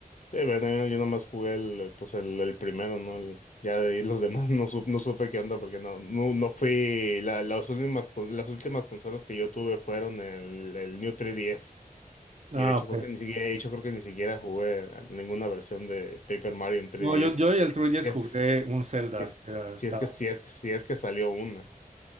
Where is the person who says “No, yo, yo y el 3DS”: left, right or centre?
Right